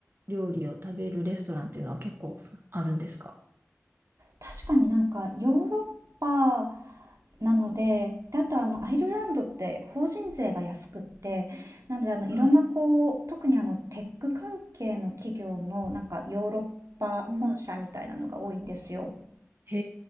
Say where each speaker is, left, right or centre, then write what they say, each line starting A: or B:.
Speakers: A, on the right (about 50°); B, on the right (about 80°).
A: 料理を食べるレストランっていうのは結構あるんですか
B: 確かになんかヨーロッパなので、で、あとあのアイルランドって法人税が安くって、なのであのいろんなこう、
A: はい。
B: 特にあのテック関係の企業のなんかヨーロッパ本社みたいなのが多いんですよ。
A: うん。へ